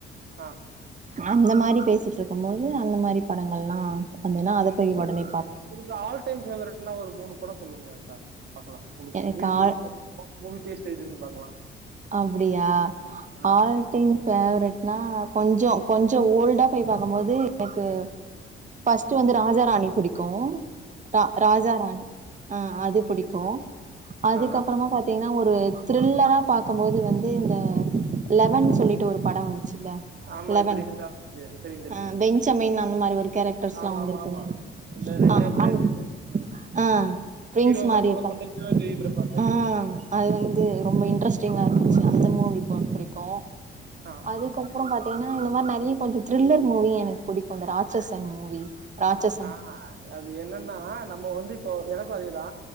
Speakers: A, on the right; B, on the right.
A: ஆ
B: அந்த மாரி பேசிட்டு இருக்கம் போது அந்த மாரி படங்கள்லா வந்துதுன்னா அத போய்
A: உங்களு
B: ஒடனே பாப்பே
A: உங்களுக்கு ஆல் டைம் ஃபேவரட்னா ஒரு மூணு படோ சொல்லுங்கக்கா பாக்கலா உங்களுக்கு
B: எனக்கு
A: ஒரு மூவி
B: ஆள்
A: புடுச்சிருந்தா மூவி டேஸ்ட் எப்டி இருக்குன்னு பாக்கலா
B: அப்படியா
A: ஆ
B: ஆல் டைம் ஃபேவரெட்னா கொஞ்சோ கொஞ்சோ ஓல்டா போய் பாக்கம்போது எனக்கு ஃபஸ்ட்டு வந்து ராஜா ராணி பிடிக்கும் ரா ராஜா ராணி ஆ அது பிடிக்கும் அதுக்கப்பறமா
A: ஆ
B: பாத் தின்னா ஒரு த்ரில்லரா பாக்கம் போது வந்து இந்த லெவன் சொல்லிட்டு ஒரு படம் வந்துச்சில்ல
A: ஆமா
B: லெவன்
A: இப்ப ரீசெண்டா வந்துச்சு தெரியு தெரியு
B: ஆ
A: தெரியு
B: பென்ச்சமின் அந்த மாரி ஒரு கேரக்டர்ஸ்லா
A: ஆமா
B: வந்திருக்குல்ல
A: ஆமா ஆமா இந்த ரெண்டு
B: அதல ஆ
A: பேரு
B: அந் ஆ டுவின்ஸ்
A: ஹீரோவே
B: மாரி
A: கொல
B: இருப்பாங்க
A: பண்றீங்கனாவே தேடிட்டு இருப்பாங்க
B: ஆ அது வந்து ரொம்ப இன்ட்ரெஸ்ட்டிங்கா இருந்துச்சு அந்த மூவி பு புடிக்கும்
A: ஆ ஆ
B: அது துக்கப்றோ பாத்தீங்கன்னா இந்த மாரி நெறைய கொஞ்சோ த்ரில்லர் மூவி எனக்கு புடிக்கும் இந்த ராட்சஸன் மூவி ராட்சசன்
A: ஆ அது என்னன்னா நம்ம வந்து இப்போ எனக்கும் அதேதா